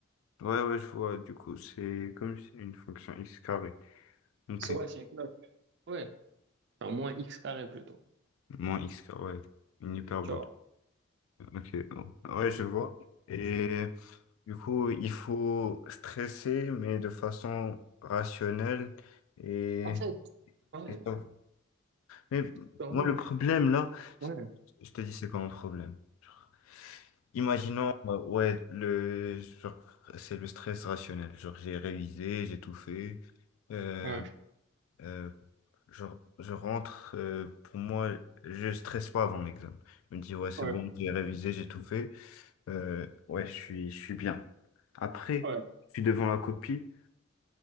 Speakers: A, on the left (about 75°); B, on the right (about 55°).
A: ouais, ouais, je vois. Du coup, c'est comme si une fonction x carré.
B: Ouais,
A: Ok,
B: c'est what, Shane? Ouais, enfin, moins x carré plutôt.
A: moins x carré, une hyperbole.
B: Tu vois.
A: Ok, oh. ouais, je vois. Et du coup, il faut stresser mais de façon rationnelle et
B: En fait, ouais,
A: et ça Mais
B: par
A: moi,
B: moi.
A: le problème là, c'est-
B: Ouais,
A: je te dis, c'est quoi mon problème? Genre, Imaginons, euh, ouais, le, genre, c'est le stress rationnel. Genre, j'ai révisé, j'ai tout fait. Euh,
B: ouais,
A: euh, genre, je rentre, euh, pour moi, je stresse pas avant l'examen. Je me dis, ouais, c'est
B: ouais,
A: bon, j'ai révisé, j'ai tout fait. Euh, ouais, je suis, je suis bien. Après,
B: ouais.
A: je suis devant la copie.